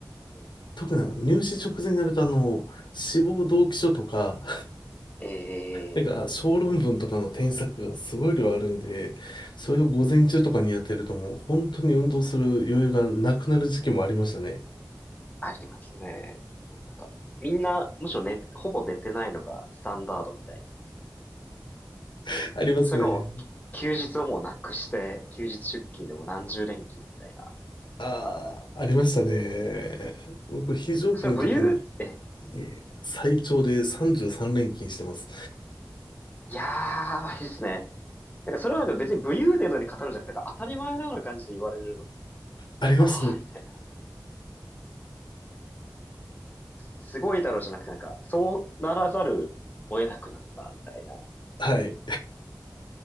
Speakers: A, on the left; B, on the left.
A: え
B: 特にあの入試直前になるとあの、志望動機書とか、
A: え、
B: なんか、
A: え
B: 小論文とかの添削がすごい量あるんで、それを午前中とかにやってるともう本当に運動する余裕がなくなる時期もありましたね。
A: ありますね。なんか、みんな、むしろね、ほぼ寝てないのがスタンダードみたいな。
B: <laughs> ありますね。
A: それかもう、き休日をもうなくして、休日出勤でも何十連勤みたいな先生とか。
B: ああ、ありましたね。僕、非常勤の時に
A: それ武勇って、
B: えー最長で33連勤してます。
A: えいやー、いいですね。なんかそれはなんか別に武勇伝のように語るんじゃなくて、なんか当たり前のような感じで言われるので、
B: ありますね。
A: ああ、みたいな。すごいだろうじゃなくて、なんか、そうならざるを得なくなった、みたいな。なん
B: はい。